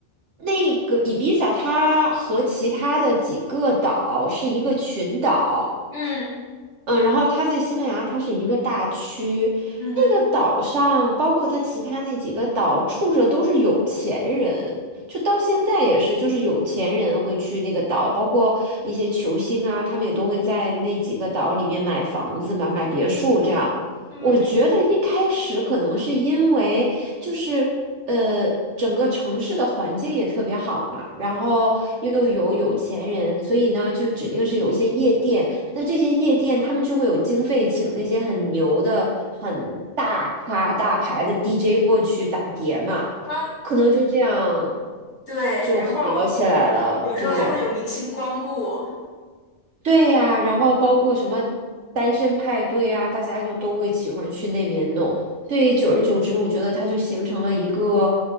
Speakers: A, on the right; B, on the left.
A: 那个伊比萨它和其他的几个岛是一个群岛，
B: 嗯
A: 嗯，然后它在西班牙，它是一个大区，
B: 嗯哼，
A: 那个岛上，包括它其他那几个岛，住着都是有钱人，就到现在也是，就是有钱人会去那个岛，包括那些球星啊，他们也都会在那几个岛里面买房子嘛，买别墅这样。
B: 嗯，
A: 我觉得一开始可能是因为就是呃。整个城市的环境也特别好嘛，然后又有有钱人，所以呢，就指定是有一些夜店，那这些夜店，他们就会有经费请那些很牛的、很大咖、大牌的 DJ 过去打碟嘛，
B: 啊，
A: 可能就这样
B: 对，
A: 就火起来了。
B: 然后有时候还会有明星光顾啊。
A: 对，对呀，然后包括什么单身派对啊，大家就都会喜欢去那边弄。所以久而久之，我觉得它就形成了一个